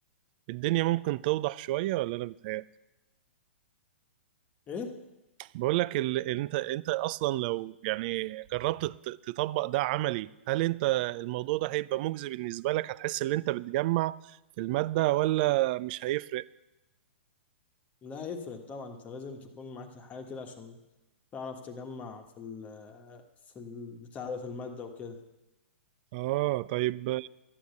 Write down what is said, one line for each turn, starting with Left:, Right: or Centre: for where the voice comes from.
Right: الدنيا ممكن توضح شوية ولا انا بتهيألي
Left: إيه؟
Right: بقول لك ال... انت انت اصلا لو يعني جربت تط- تطبق ده عملي هل انت الموضوع ده هيبقى مجزي بالنسبة لك هتحس ان انت بتجمع في المادة ولا مش هيفرق
Left: لا يفرق طبعا انت لازم تكون معاك حاجة كده عشان تعرف تجمع في ال في البتاع ده في المادة وكده
Right: اه طيب آه،